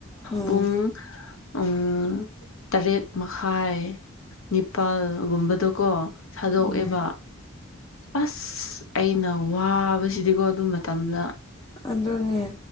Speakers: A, on the left (about 20°); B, on the left (about 75°).
A: ꯎꯝ
B: ꯄꯨꯡ ꯎꯪ ꯇꯔꯦꯠ ꯃꯈꯥꯏ꯫ ꯅꯤꯄꯥꯜꯒꯨꯝꯕꯗꯀꯣ ꯊꯥꯗꯣꯛꯑꯦꯕ꯫
A: ꯎꯝ
B: ꯑꯁ ꯑꯩꯅ ꯋꯥꯕꯁꯤꯗꯤꯀꯣ ꯑꯗꯨ ꯃꯇꯝꯗ꯫
A: ꯑꯗꯨꯅꯦ